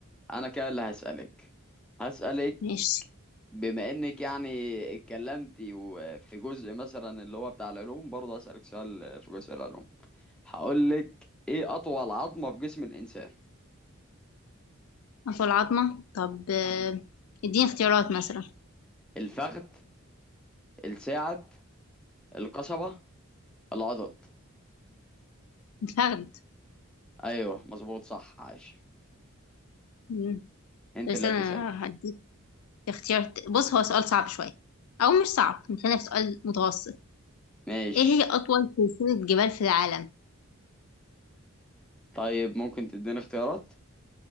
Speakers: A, in the centre; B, on the left.
A: انا كده اللي هسألك هسألك
B: ماشي
A: بما انك يعني اتكلمتي وفي جزء مثلا اللي هو بتاع العلوم برضه هسألك سؤال في جزء العلوم هقول لك ايه اطول عظمة في جسم الانسان
B: أنف العظمة طب آه، اديني اختيارات مثلا
A: الفخذ الساعد القصبة العضد
B: الفخذ
A: ايوه مظبوط صح عاش
B: مم.
A: انت
B: بس
A: اللي
B: أنا
A: هتسألي
B: هديك اختيار ت- بص هو سؤال صعب شوية أو مش صعب خلينا في سؤال متوسط
A: ماشي
B: إيه هي أطول سلسلة جبال في العالم؟
A: طيب ممكن تديني اختيارات